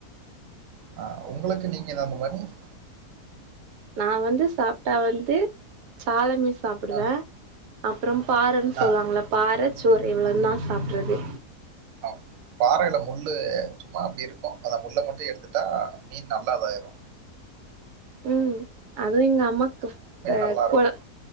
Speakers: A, on the right (about 65°); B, on the right (about 80°).
A: ஆ உங்குளுக்கு நீங்க ஏதாவது <unintelligible>
B: நா வந்து சாப்ட்டா வந்து சால மீ சாப்புடுவே
A: அ
B: அப் அப்புறோம் பாற ன் சொல்லுவாங்குல்ல
A: அ
B: பாறச் சோறை இவ்வுளோ தா சாப் ற்றது
A: அ பாறையில முள்ளு சும்மா அப்டி இருக்கு அத முள்ள மட்டு எடுத்துட்டா மீன் நல்லா இதாயிரு
B: ம் அதுவு எங் அம்மா க
A: நல்லாருக்கும்.
B: கொழ